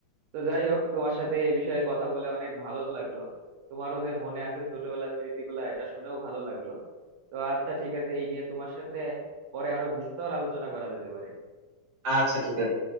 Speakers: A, on the right; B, on the right.
A: তো যাই হোক তোমার সাথে এই বিষয়ে কথা বলে অনেক ভালো লাগলো তোমারও যে মনে আছে ছোটবেলার স্মৃতিগুলা এটা শুনেও ভালো লাগলো তো আচ্ছা ঠিক আছে এই নিয়ে তোমার সাথে পরে আরো বিস্তর আলোচনা করা যেতে পারে
B: আচ্ছা ঠিক আছে